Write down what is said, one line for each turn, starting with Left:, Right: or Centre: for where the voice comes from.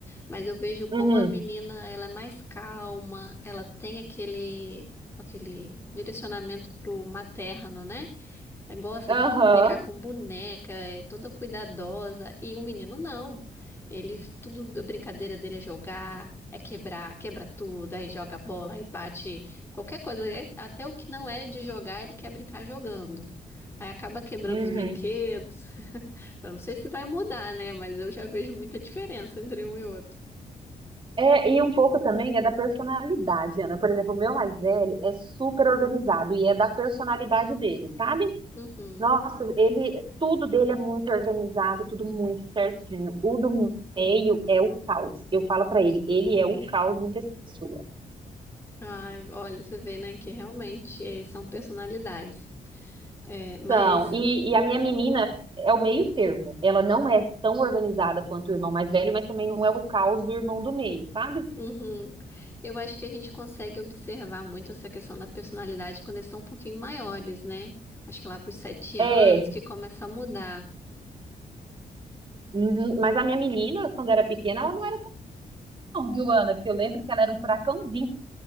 Left: Mas eu vejo como
Right: Uhum.
Left: a menina, ela é mais calma, ela tem aquele, aquele direcionamento pro materno, né? É, Gosta
Right: Aham.
Left: de brincar com boneca, é toda cuidadosa. E o menino não. Ele, tudo, a brincadeira dele é jogar, é quebrar, quebra tudo, aí joga bola, aí bate qualquer coisa. é- Até o que não é de jogar, ele quer brincar jogando. Aí acaba quebrando
Right: Uhum.
Left: os brinquedos. Eu não sei se vai mudar, né? Mas eu já vejo muita diferença entre um e outro.
Right: É, e um pouco também é da personalidade, Ana. Por exemplo, o meu mais velho é super organizado e é da personalidade dele, sabe?
Left: Uhum.
Right: Nossa, ele, tudo dele é muito organizado, tudo muito certinho. O do meio é o caos. Eu falo pra ele, ele é o caos em pessoa.
Left: Ai, olha, você vê, né, que realmente eh, são personalidades. É, mas
Right: Então, e, e a minha menina é o meio termo. Ela não é tão organizada quanto o irmão mais velho, mas também não é o caos do irmão do meio, sabe?
Left: Uhum. Eu acho que a gente consegue observar muito essa questão da personalidade quando eles são um pouquinho maiores, né? Acho que lá para os sete
Right: É,
Left: anos que começa a mudar.
Right: uhum. Mas a minha menina, quando era pequena, ela não era tão, viu, Ana? Porque eu lembro que ela era um furacãozinho.